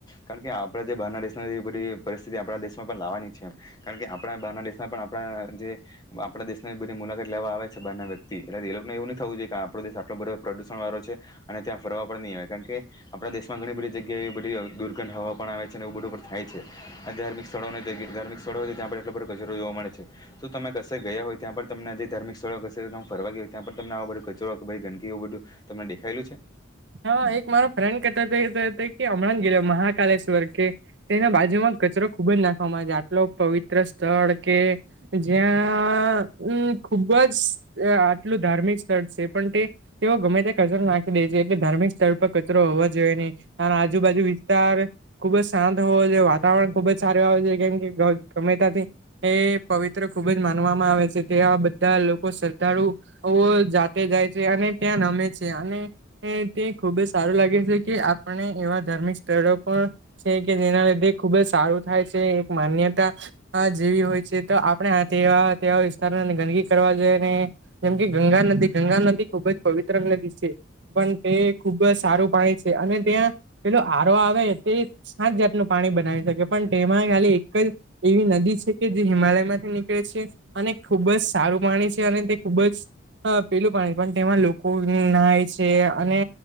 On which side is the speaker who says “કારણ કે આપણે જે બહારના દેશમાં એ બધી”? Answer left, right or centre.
Left